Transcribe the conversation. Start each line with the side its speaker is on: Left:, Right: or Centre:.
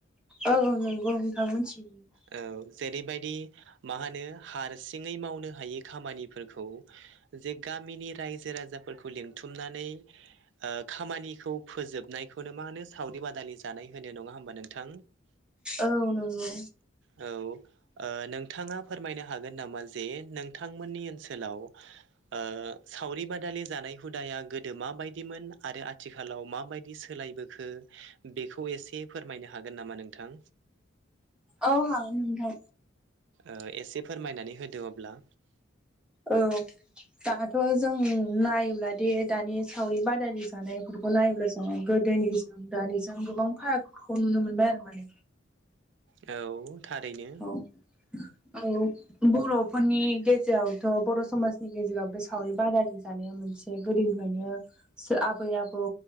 Centre: औ नंगौ नोंथां मिथिगौ
Right: औ जेरैबायदि मा होनो हारसिङै मावनो हायि खामानिफोरखौ जे गामिनि रायजो राजाफोरखौ लिंथुमनानै ओ खामानिखौ फोजोबनायखौनो मा मानो सावरि बादालि जानाय होनो नङा होमबा नोंथां?
Centre: औ नंगौ
Right: औ ओ नोंथाङा फोरमायनो हागोन नामा जे नोंथांमोननि ओनसोलाव ओ सावरि बादालि जानाय हुदाया गोदो माबायदिमोन आरो आथिखालाव माबायदि सोलायबो खौ बेखौ एसे फोरमायनो हागोन नामा नोंथां?
Centre: औ हागोन नोंथां
Right: ओ एसे फोरमायनानै होदो अब्ला
Centre: औ दाथ' जों नायोब्ला दे दानि सावरि बादालि जानायफोरखौ नायोब्ला जों गोद दोनिजों दानिजों गोबां फारागखौ नुनो मोनबाय आरो माने
Right: औ थारैनो
Centre: औ औ बर'फोरनि गेजेरावथ' बर' समाजनि गेजेराव बे सावरि बादालि जानाया मोनसे गोदोनि फ्रायनो आबै आबौ